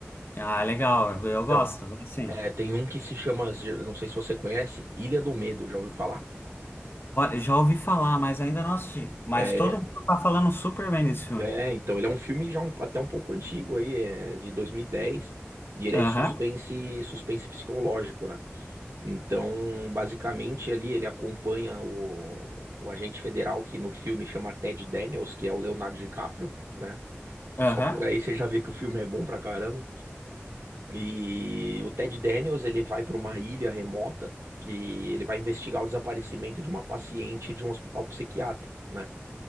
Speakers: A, on the left; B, on the right.
A: ah, legal, eu eu
B: Então,
A: gosto, assim.
B: é, tem um que se chama, não sei se você conhece, Ilha do Medo, já ouviu falar?
A: Já ouvi falar, mas ainda não assisti. Mas
B: É,
A: todo
B: ele-
A: mundo tá falando super bem desse filme.
B: é, é, então, ele é um filme já um- até um pouco antigo aí, é, de 2010, e dez, e ele
A: Aham,
B: é de suspense, suspense psicológico, né? Então, basicamente ali ele acompanha o, o agente federal que no filme chama Ted Daniels, que é o Leonardo DiCaprio, né?
A: aham.
B: Só por aí você já vê que o filme é bom pra caramba. E o Ted Daniels, ele vai para uma ilha remota que ele vai investigar o desaparecimento de uma paciente de um hospital psiquiátrico, né?